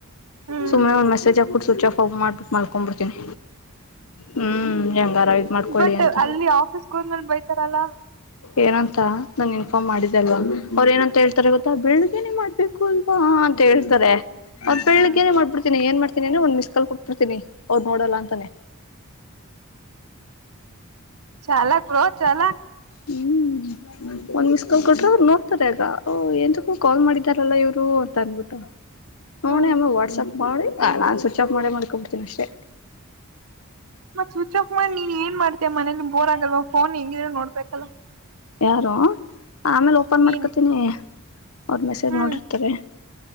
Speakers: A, on the right (about 90°); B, on the left (about 75°).
A: ಹ್ಮ್
B: ಸುಮ್ಮನೆ ಒಂದ್ ಮೆಸೇಜ್ ಹಾಕ್ಬಿಟ್ಟು ಸ್ವಿಚ್ ಆಫ್ಫರ್ ಮಾಡಬಟ್ಟು ಮಾಡ್ಕ್ಬ ಬಿಡ್ತೀನಿ ಹ್ಮ್ ಹೆಂಗಾರ ಇದ ಮಾಡ್ಕೊಳ್ಳಿ
A: ಬಟ್
B: ಅಂತ
A: ಅಲ್ಲಿ ಆಫೀಸ್ಗೆ ಹೋದ್ಮೇಲೆ ಬೈತಾರಲ್ಲ
B: ಏನಂತ ನಾನ ಇನ್ಫಾರ್ಮ್ ಮಾಡಿದ್ದಲ್ವಾ ಅವ್ ಏನಂತ ಹೇಳ್ತಾರೆ ಗೊತ್ತ ಬೆಳಿಗ್ಗೆನೇ ಮಾಡ್ಬೇಕು ಅಲ್ವಾ ಅಂತ ಹೇಳ್ತಾರೆ ಆ ಬೆಳಿಗ್ನೆೇ
A: ಹ್ಮ್
B: ಮಾಡ್ಬಿಡ್ತೀನಿ ಏನ್ ಮಾಡ್ತ ಒಂದ್ ಮಿಸ್ ಕಲ್ ಕೊಟ್ ಬಿಿಡ್ತನಿ ಅವ್ರು ನೋಡಲ್ಲ ಅಂತಾನೆ
A: ಚಾಲ ಪ್ರೋ ಚಲ
B: ಹ್ಮ್ ಒಂದ್ ಮಿಸ್ ಕಾಲ್ ಕೊಟ್ರೆ ಅವ್ರು ನೋಡ್ತಾರೆ ಆಗ ಎಂದಕ್ಕೂ ಕಾಲ್ ಮಾಡಿದಾರಲ್ಲ ಇವ್ರು ಅಂತ ಅನ್ಬಿಟ್ಟು ಹನ
A: ಹ್ಮ್
B: ಅಮ್ಮ ವಾಟ್ಸಪ್ ಮಾಡಿ ನಾನ್ ಸ್ವಿಚ್ ಆಫ್ ಮಾಡೇ ಮಾಡ್ಕೊಬಡ್ತೀನಿ ಅಷ್ಟೆ
A: ಮತ್ ಸ್ವಿಚ್ ಆಫ್ ಮಾಡಿ ನೀನ್ ಏನ್ ಮಾಡ್ತೆ ಮನೇಲಿ ಬೋರ್ ಆಗಲ್ವ ಫೋನ್ ಹೆಂಗಿದ್ರೆ ನೋಡ್ಬೇಕಲ್ಲ
B: ಯಾರು ಆಮೇಲೆ ಓಪನ್ ಮಾಡ್ಕೊತೀನಿ
A: ನೀನ್
B: ಅವ್ರ ಮೆಸೇಜ್
A: ಹ್ಮ್
B: ನೋಡಿಿರ್ತಾರೆ